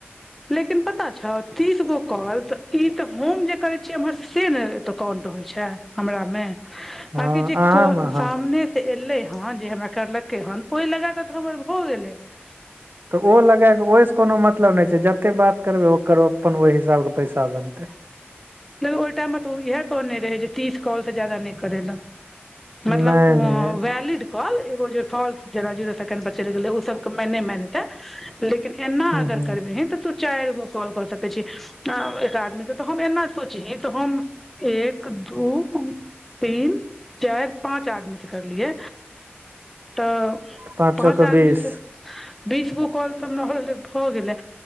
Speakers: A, in the centre; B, on the right.
A: लेकिन पता छौऽ तीसऽगो काॅल तऽ ई त होमऽ जे करै छीयै इम्हर से न एत काउंट होई छै हमराऽ मेऽ
B: हँ
A: बांकि जे
B: अहाँमे
A: कोर
B: हँ
A: सामनेऽ एलैऽहँ जे हमरा करलकै हन ओइ लगा कऽ तऽ हमरा भऽ गेलैऽ
B: तऽ ओ लगाए कऽ ओहिसँ कोनो मतलब नै छै जतेक बात करबै ओकर ओपन ओहि हिसाबसे पैसाऽ बनतय
A: द ओय टाइम मे तऽ ओ इएह कहने रहै जे तीस कॉल से जादा नै करय लय मतलब
B: नहि
A: कुओं
B: नहि
A: वैलिड कॉल एगो जे फॉल्स जेना जीरो सेकेंड पर चलि गेलै ओ सबके मायने नइ माइन हेतै। लेकिन एनाऽ
B: ह
A: अगर
B: ह
A: करबे हें त तू चारि गो कॉल क सकै छी एकऽ आदमी के त हम एना सोचहि तऽ हम एक दू तीन चाइर पाँच आदमी के करलियै तऽ
B: पाँचो
A: पाँच
B: के
A: आदमीके
B: बीस
A: बीसगो कॉल कब न होले हो गेलै